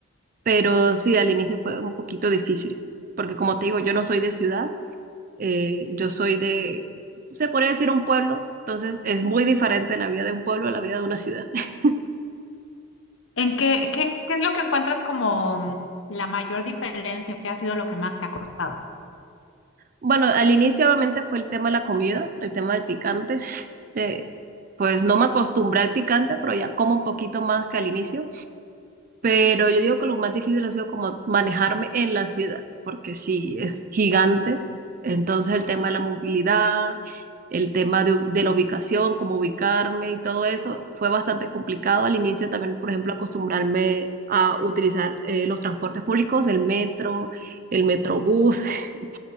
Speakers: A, on the right; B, on the left.
A: pero sí, al inicio fue un poquito difícil, porque como te digo, yo no soy de ciudad eh, yo soy de, se podría decir un pueblo, entonces es muy diferente la vida de un pueblo a la vida de una ciudad. <laughs>
B: ¿En qué, qué, qué es lo que encuentras como mm, la mayor diferencia? ¿Qué ha sido lo que más te ha costado?
A: Bueno, al inicio obviamente fue el tema de la comida, el tema del picante. Eh, pues no me acostumbré al picante, pero ya como un poquito más que al inicio. Pero yo digo que lo más difícil ha sido como manejarme en la ciudad, porque sí, es gigante. Entonces el tema de la movilidad, el tema de, de la ubicación, cómo ubicarme y todo eso fue bastante complicado al inicio también, por ejemplo, acostumbrarme a utilizar eh, los transportes públicos, el metro, el metrobús. <laughs>